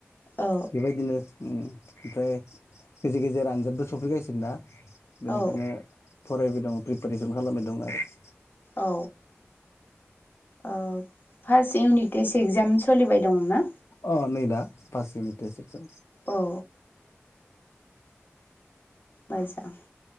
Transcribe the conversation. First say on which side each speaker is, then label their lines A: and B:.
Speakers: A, on the left; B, on the left.
A: औ
B: बेबायदिनो उम ओमफ्राय गेजेर गेजेर आनजादबो सफैगासिनोना? बेनिखायनो
A: औ
B: फरायबाय दं प्रिपारेसन खालामबाय दं आरो ।
A: औ औ फार्स्ट इउनिट टेस्ट एक्जाम सोलिबाय दंमोन ना?
B: अ नै दा फारस इउनिटेस इगजाम
A: औ औ बाजजांं <inaudible>